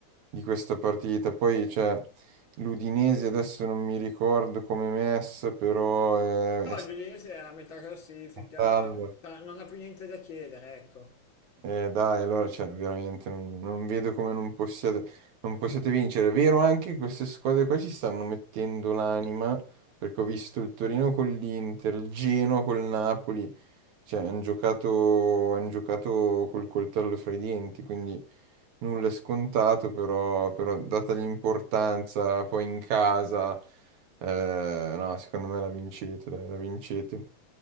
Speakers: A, on the right; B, on the left.
A: di questa partita. Poi, cioè, l'Udinese adesso non mi ricordo come è messa, però è,
B: No,
A: è
B: il Udinese è a metà classifica,
A: salvo.
B: tra- non ha più niente da chiedere, ecco.
A: Eh, dai, allora, cioè, veramente non, non vedo come non possiate, non possiate vincere. È vero anche che queste squadre qua ci stanno mettendo l'anima, perché ho visto il Torino con l'Inter, il Genoa con il Napoli. Cioè, hanno giocato, han giocato col coltello fra i denti, quindi nulla è scontato, però, però data l'importanza poi in casa, eh, no, secondo me la vincete, dai, la vincete.